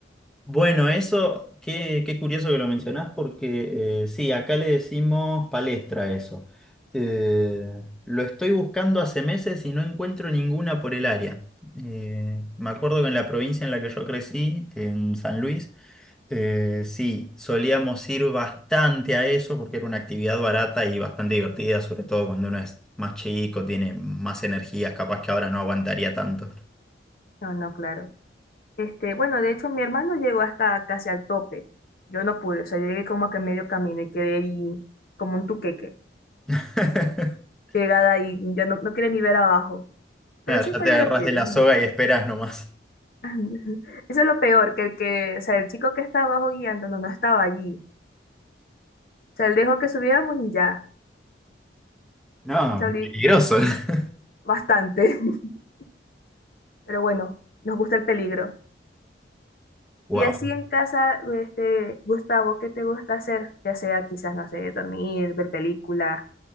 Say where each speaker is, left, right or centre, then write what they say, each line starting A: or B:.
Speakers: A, in the centre; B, on the left.
A: Bueno, eso, qué, qué curioso que lo mencionás, porque eh, sí, acá le decimos palestra a eso. Eh, lo estoy buscando hace meses y no encuentro ninguna por el área. Eh, me acuerdo que en la provincia en la que yo crecí, en San Luis, eh, sí, solíamos ir bastante a eso porque era una actividad barata y bastante divertida, sobre todo cuando uno es más chico, tiene más energías, capaz que ahora no aguantaría tanto.
B: No, no, claro. Este, bueno, de hecho, mi hermano llegó hasta casi al tope. Yo no pude, o sea, yo llegué como que a medio camino y quedé ahí como un tuqueque,
A: <laughs>
B: pegada ahí, ya no, no quería ni ver abajo. Pero
A: Nada,
B: sí
A: Ya
B: fue
A: te
B: divertido.
A: agarrás de la soga y esperas nomás.
B: <laughs> Eso es lo peor, que el que, o sea, el chico que estaba abajo guiando no, no estaba allí. O sea, él dejó que subiéramos y ya.
A: No,
B: Salí
A: peligroso. <laughs>
B: bastante. <laughs> Pero bueno, nos gusta el peligro.
A: Wow.
B: Y así en casa, este, Gustavo, ¿qué te gusta hacer? Ya sea quizás, no sé, dormir, ver películas